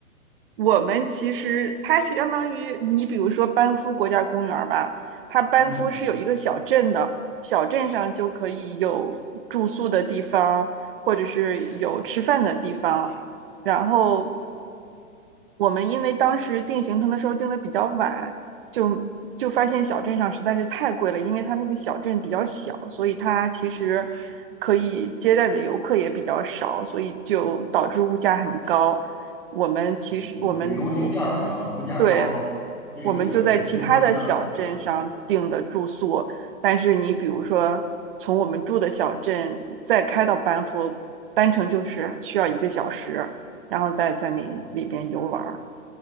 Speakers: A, on the right; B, in the centre.
A: 我们其实它相当于你比如说班夫国家公园吧，它班夫是有一个小镇的，
B: 嗯。
A: 小镇上就可以有住宿的地方，或者是有吃饭的地方。然后我们因为当时定行程的时候定的比较晚，就就发现小镇上实在是太贵了，因为它那个小镇比较小，所以它其实可以接待的游客也比较少，所以就导致物价很高。我们其实我们我
B: 嗯，旅游景点儿嘛，物价高，
A: 对，
B: 这个也是很正常的。
A: 我们就在其他的小镇上订的住宿，
B: 嗯，
A: 但是你比如说从我们住的小镇再开到班夫，单程就是需要一个小时，然后再在那里边游玩儿。
B: 哦，